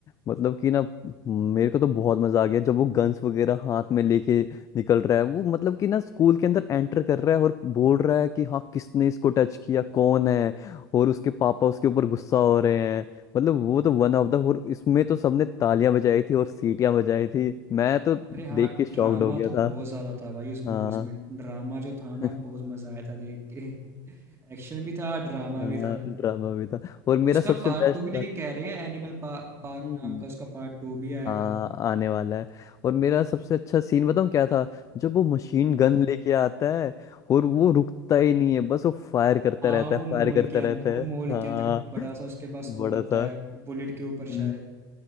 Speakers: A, on the left; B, on the right.
A: मतलब कि ना मेरे को तो बहुत मजा आ गया जब वो गन्स वगैरह हाथ में लेके निकल रहा है वो मतलब कि ना स्कूल के अंदर एंटर कर रहा है और बोल रहा है कि हाँ किसने इसको टच किया कौन है और उसके पापा उसके ऊपर गुस्सा हो रहे हैं मतलब वो तो वन ऑफ द और इसमें तो सबने तालियां बजाई थी और सीटियां बजाई थी मैं तो
B: अरे हाँ
A: देख के शॉक्ड
B: ड्रामा
A: हो गया
B: तो
A: था
B: बहुत ज्यादा था भाई उस मूवीज
A: हाँ
B: में ड्रामा जो था
A: <laughs>
B: ना बहुत मजा आया था देख के <laughs> एक्शन भी था ड्रामा
A: हाँ
B: भी था
A: ड्रामा भी था और
B: अब उसका
A: मेरा सबसे
B: पार्ट
A: बेस्ट
B: टू भी लेकिन कह रहे हैं एनिमल पा, पार्क
A: पार्ट
B: नाम का उसका पार्ट टू भी आएगा
A: हाँ आने वाला है और मेरा सबसे अच्छा सीन बताऊं क्या था जब वो मशीन
B: हम्म
A: गन लेके आता है और वो रुकता ही नहीं है बस वो फायर करता
B: हाँ
A: रहता
B: वो
A: है
B: मॉल
A: फायर करता
B: के अंदर
A: रहता है
B: वो मॉल
A: हाँ
B: के अंदर का बड़ा सा उसके पास वो
A: बड़ा
B: होता
A: था
B: है बुलेट के
A: हम्म।
B: ऊपर शायद